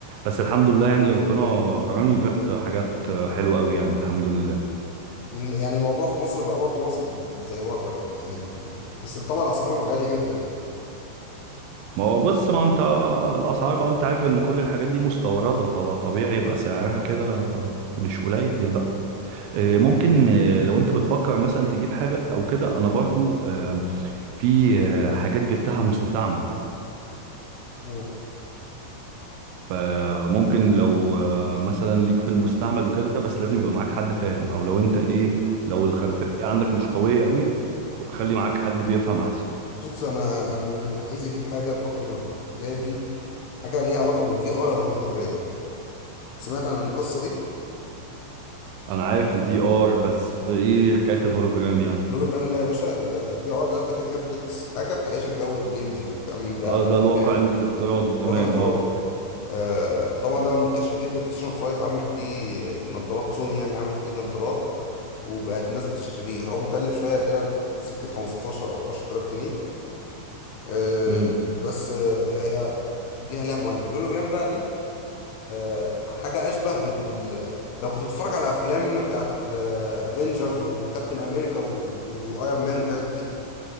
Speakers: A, on the right; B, on the left.
A: بس الحمد لله يعني ربنا كرمني وجبت حاجات حلوه قوي يعني الحمد لله
B: لأن يعني الموضوع في مصر بقى برضو واصل زي بره يعني عادي في ال... بس طبعا الاسعار غاليه جدا يعني
A: ما هو بص ما انت الاسعار بقى انت عارف ان كل الحاجات دي مستورده فطبيعي يبقى سعرها كده مش قليل بقى آه، ممكن آه، لو انت بتفكر مثلا تجيب حاجه او كده انا برضو آه، في آه، حاجات جبتها مستعمل
B: امم
A: فممكن لو آه، مثلا ليك في المستعمل وكده بس لازم يبقى معاك حد فاهم او لو انت ايه لو الخلفيه عندك مش قويه قوي خلي معاك حد بيفهم احسن
B: بص انا انا عايز اجيب حاجه الفتره الجايه دي حاجه ليها علاقه بالفي ار او الهولوجرام سمعت عن القصه دي
A: انا عارف الفي ار بس ايه حكايه الهولوجرام يعني
B: الهولوجرام ده يا باشا انت الفي ار ده انت كده كده بتلبس حاجه بتعيشك جو الجيمز والكلام من ده
A: خلاص ده الواقع
B: يعني
A: الافتراضي تمام
B: واقع الافتراضي
A: اه
B: آه، طبعا ده بقى منتشر جدا بلاي ستيشن 5 عملت ليه نظارات سوني يعني عملت ليه نظارات وبقت الناس بتشتريه هو مكلف شويه تقريبا سكه 15 او 10000 جنيه آه،
A: امم
B: بس آه، هي ليها لها معاناه الهولوجرام بقى دي آه، حاجه اشبه بال... بال... لو كنت بتتفرج على افلام بتاعت الافينجرز وكابتن امريكا و... وايرون مان والحاجات دي